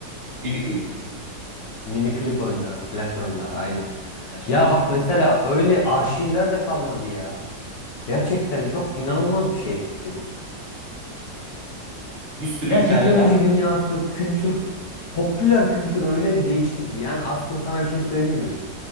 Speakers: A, on the right (about 50°); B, on the left (about 65°).
A: Mini klip.
B: Mini klip oyunları, flash oyunlar aynen.
A: Flash
B: Ya
A: oyunu.
B: bak mesela öyle arşivler de kalmadı ya. Gerçekten çok inanılmaz bir şey bu.
A: Bir sürü
B: Ya
A: hikaye
B: teknoloji
A: var ya.
B: dünyası, kültür, popüler kültür öyle bir değişti ki. Yani aslında sana bir şey söyleyeyim mi?